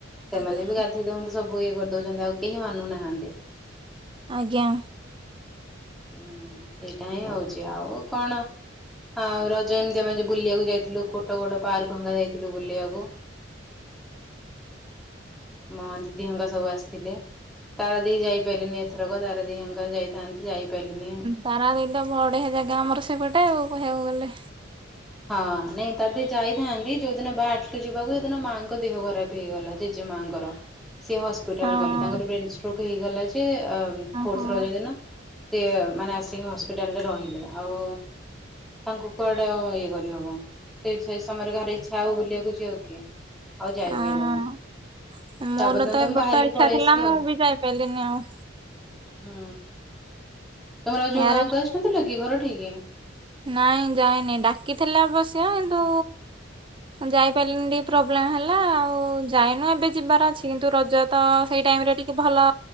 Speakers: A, in the centre; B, on the right.
A: ସେମାନେ
B: ଆଜ୍ଞା
A: ବି ଗାଧେଇ ଦଉନ୍ତି ସବୁ ଇଏ କରିଦଉଛନ୍ତି ଆଉ କେହି ମାନୁନାହାନ୍ତି
B: ଆଜ୍ଞା
A: ହୁଁ ସେଇଟା ହିଁ ହଉଛି ଆଉ କଣ ହଁ ରଜ ଏମିତି ଆମେ ବୁଲିବାକୁ ଯାଇଥିଲୁ କୋଟ କୋଡ ପାର୍କ ଭଙ୍ଗା ଯାଇଥିଲୁ ବୁଲିବାକୁ। ମଁ ଦିଦି ହଙ୍କା ସବୁ ଆସିଥିଲେ, ତାରା ଦିହ ଯାଇପାରିଲିନି ଏଥରକ ତାରା ଦି ହଙ୍କା ଯାଇଥାନ୍ତି। ଯାଇପାରିଲିନି ଆଉ।
B: ତାରା ଦୁଇଟ ବଢ଼େଇଆ ଜାଗା ଆମର ସେପଟେ ଆଉ କହିବାକୁ ଗଲେ।
A: ହଁ ନାଇଁ ତା ଦେ ଯାଇଥାନ୍ତି ଯୋଉଦିନ ବାହାରିଥିଲୁ ଯିବାକୁ ସେଦିନ ମାଆଙ୍କ ଦେହ ଖରାପ ହେଇଗଲା। ଜେଜେମାଙ୍କର ସିଏ ହସ୍ପିଟାଲ
B: ହଁ
A: ଗଲେ ତାଙ୍କର ବ୍ରେନ ଷ୍ଟ୍ରୋକ ହେଇଗଲା ଯେ ଫୋଥ
B: ହଁ ହଁ
A: ରଜ ଦିନ ସେ ମାନେ ସେ ହସ୍ପିଟାଲରେ ରହିଲେ, ଆଉ ତାଙ୍କୁ କୁଆଡ଼େ ଇଏ କରିହବ। ସେ ସେ ସମୟରେ କାହାର ଇଚ୍ଛା ହବ ବୁଲିବାକୁ ଯିବା ଆଉ କି ଆଉ ଯାଇପାରିଲୁନି।
B: ହଁ ମୋର
A: ତାପରଦିନ
B: ତ ଏ
A: ମୁଁ
B: ବର୍ଷ
A: ବାହାରିକି
B: ଇଚ୍ଛା
A: ପଳେଇ
B: ଥିଲା
A: ଆସିଲି
B: ମୁଁ
A: ଆଉ।
B: ବି ଯାଇପାରିଲିନି ଆଉ।
A: ହୁଁ ତମର
B: ମ୍ୟାରେଜ
A: ଯୋଉ ଗାଁ କ ଆସିନଥିଲ କି ଘର ଠିକି।
B: ନାଇଁ ଯାଇନି ଡାକିଥିଲେ ଆବଶ୍ୟ କିନ୍ତୁ ଯାଇପାରିଲିନି ଟିକେ ପ୍ରୋବ୍ଲେମ ହେଲା ଆଉ ଯାଇନୁ ଏବେ ଯିବାର ଅଛି କିନ୍ତୁ ରଜ ତ ସେଇ ଟାଇମ ରେ ଟି କି ଭଲ